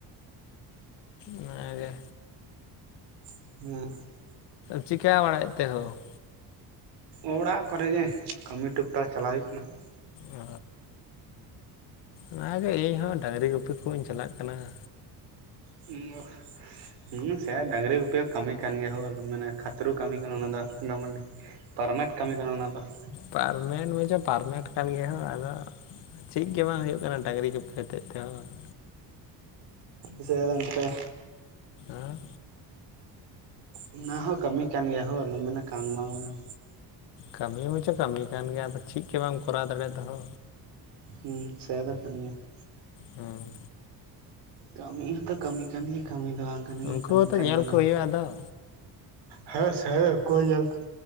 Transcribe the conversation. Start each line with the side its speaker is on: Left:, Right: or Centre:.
Left: ᱚᱱᱟ ᱜᱮ
Right: ᱦᱩᱸ ᱾
Left: ᱪᱤᱠᱟᱹ ᱵᱟᱲᱟᱭᱮᱫ ᱛᱮ ᱦᱳ
Right: ᱚᱲᱟᱜ ᱠᱚᱨᱮ ᱜᱮ ᱠᱟᱹᱢᱤ ᱴᱩᱠᱴᱟᱠ ᱪᱟᱞᱟᱣ ᱦᱩᱭᱩᱜ ᱠᱟᱱᱟ ᱾
Left: ᱚ ᱚᱱᱟᱜᱮ ᱤᱧ ᱦᱚᱸ ᱰᱟᱹᱝᱨᱤ ᱜᱩᱯᱤ ᱠᱚᱧ ᱪᱟᱞᱟᱜ ᱠᱟᱱᱟ ᱾
Right: ᱦᱩᱸ ᱚ ᱾ ᱦᱩᱸ ᱥᱮ ᱰᱟᱝᱨᱤ ᱜᱩᱯᱤ ᱦᱚᱸ ᱠᱟᱹᱢᱤ ᱠᱟᱱ ᱜᱮᱭᱟ ᱦᱳ ᱟᱫᱚᱢ ᱢᱮᱱᱟ ᱠᱷᱟᱛᱨᱩ ᱠᱟᱹᱢᱤ ᱠᱟᱱᱟ ᱚᱱᱟ ᱫᱚ ᱫᱚᱢᱰᱤ ᱯᱟᱨᱢᱟᱱᱮᱱᱴ ᱠᱟᱹᱢᱤ ᱠᱟᱱᱟ ᱚᱱᱟ ᱫᱚ ᱾
Left: ᱯᱟᱨᱢᱮᱱᱴ ᱢᱮᱱ ᱫᱚ ᱯᱟᱨᱢᱮᱱᱴ ᱠᱟᱱ ᱜᱮᱭᱟ ᱦᱳ ᱟᱫᱚ ᱪᱮ ᱜᱮ ᱵᱟᱝ ᱦᱩᱭᱩᱜ ᱠᱟᱱᱟ ᱰᱟᱹᱝᱨᱤ ᱜᱩᱯᱤ ᱦᱚᱛᱮ ᱛᱮᱦᱚᱸ ᱾
Right: ᱥᱮ ᱟᱫᱚᱢ ᱪᱤᱠᱟᱹᱭᱟ
Left: ᱦᱮᱸ ᱾
Right: ᱚᱱᱟ ᱦᱚᱸ ᱠᱟᱹᱢᱤ ᱠᱟᱱ ᱜᱮᱭᱟ ᱦᱳ ᱟᱞᱚᱢ ᱢᱮᱱᱟ ᱠᱟᱢᱤ ᱵᱟᱝ ᱠᱟᱱᱟ
Left: ᱠᱟᱹᱢᱤ ᱢᱟᱪᱷᱚ ᱠᱟᱹᱢᱤ ᱠᱟᱱ ᱜᱮᱭᱟ ᱟᱫᱚ ᱪᱮ ᱜᱮ ᱵᱟᱢ ᱠᱚᱨᱟᱣ ᱫᱟᱲᱮ ᱫᱚ ᱦᱳ
Right: ᱦᱩᱸ ᱥᱮ ᱟᱫᱚ ᱠᱟᱱ ᱜᱮᱭᱟ ᱾
Left: ᱦᱮᱸ ᱾
Right: ᱠᱟᱹᱢᱤ ᱦᱚᱸᱛᱚ ᱠᱟᱹᱢᱤ ᱠᱟᱱ ᱜᱮᱭᱟ ᱠᱟᱹᱢᱤ ᱫᱚ ᱵᱟᱝ ᱠᱟᱱᱟ
Left: ᱩᱱᱠᱩ
Right: ᱜᱮ ᱠᱟᱹᱢᱤ
Left: ᱦᱚᱸᱛᱚ
Right: ᱠᱟᱱ
Left: ᱧᱮᱞ
Right: ᱜᱮᱭᱟ ᱚᱱᱟ
Left: ᱠᱚ
Right: ᱦᱚᱸ
Left: ᱦᱩᱭᱩᱜᱼᱟ
Right: ᱾
Left: ᱟᱫᱚ
Right: ᱦᱮᱸ ᱥᱮ ᱚᱠᱚᱭ ᱧᱮᱞ